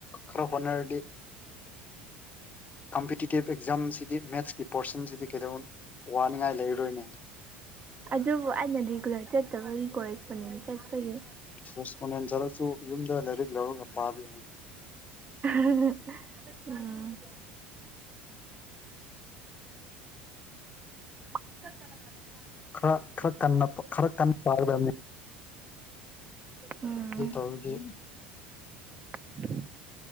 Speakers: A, on the left; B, on the right.
A: ꯈꯔ ꯍꯣꯠꯅꯔꯗꯤ ꯀꯝꯄꯤꯇꯤꯇꯤꯞ ꯑꯦꯛꯖꯥꯝꯁꯤꯗꯤ ꯃꯦꯠꯁꯀꯤ ꯄꯣꯔꯁꯟꯁꯤꯗꯤ ꯀꯩꯗꯧ ꯋꯥꯅꯤꯡꯉꯥꯏ ꯂꯩꯔꯔꯣꯏꯅꯦ
B: ꯑꯗꯨꯕꯨ ꯑꯩꯅ ꯔꯤꯒꯨꯂꯔ ꯆꯠꯇꯕꯒꯤ ꯀꯣꯔꯦꯁꯄꯣꯟꯗꯦꯟ ꯆꯠꯄꯒꯤ
A: ꯐ ꯃꯅꯦ ꯆꯔꯛꯁꯨ ꯌꯨꯝꯗ ꯂꯥꯏꯔꯤꯛ ꯂꯧꯔꯒ ꯄꯥꯕꯤ
B: ꯎꯝ <unintelligible> ꯎꯝ <inaudible> <inaudible>
A: ꯈꯔ ꯈꯔ ꯀꯟꯅ ꯈꯔ ꯀꯟꯅ ꯄꯥꯔꯗꯕꯅꯤ
B: ꯎꯝ
A: ꯑꯗꯨ ꯇꯧꯗꯤ
B: <unintelligible>